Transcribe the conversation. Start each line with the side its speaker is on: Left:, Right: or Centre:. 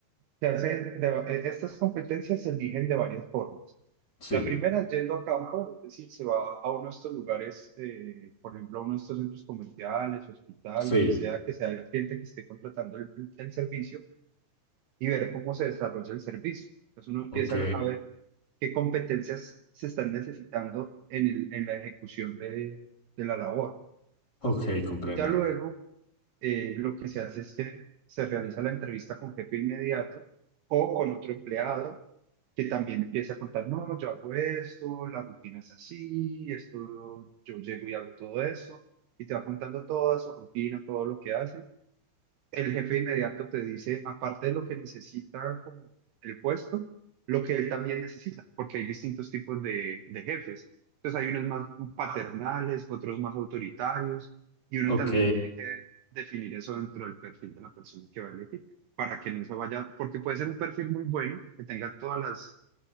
Right: Se hace de- eh, estas competencias se eligen de varias formas.
Left: Sí,
Right: La primera es yendo a campo, es decir, se va a uno de estos lugares, eh, por ejemplo, a uno de estos centros comerciales, hospital,
Left: sí,
Right: lo que sea, que sea el cliente que esté contratando el, el servicio y ver cómo se desarrolla el servicio. Entonces uno empieza
Left: ok,
Right: a ver qué competencias se están necesitando en, el- en la ejecución de, de la labor.
Left: ok, comprendo.
Right: Ya luego, eh, lo que se hace es que se realiza la entrevista con jefe inmediato o con otro empleado que también empiece a contar, no, yo hago esto, la rutina es así, esto, yo llego y hago todo esto, y te va contando toda su rutina, todo lo que hace. El jefe inmediato te dice, aparte de lo que necesita como el puesto, lo que él también necesita, porque hay distintos tipos de, de jefes. Entonces hay unos más paternales, otros más autoritarios, y uno
Left: Ok,
Right: también tiene que definir eso dentro del perfil de la persona que va a elegir, para que no se vaya, porque puede ser un perfil muy bueno, que tenga todas las